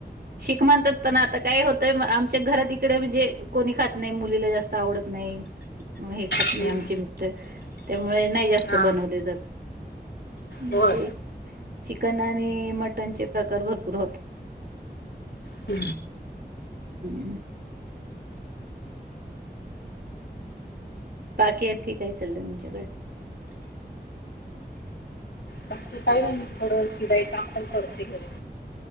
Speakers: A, on the right; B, on the left.
A: शिक म्हणतात पण आता काय होतय म. आमच च्या घरात इकडे म्हणजे कोणी खात नाही मुलीला जास्त आवडत नाही हे खात
B: हं.
A: नाही आमचे मिस्टर त्यामुळे नाही जास्त
B: हां
A: बनवले जात ह
B: होय
A: ते चिक चिकन आणि मटणचे प्रकार भरपूर होतात
B: हो
A: हम् बाकी आहेतत की काय चाललं तुमच्याकडे
B: बाकी काय नाही थोडं शिलाई काम पण करते घरी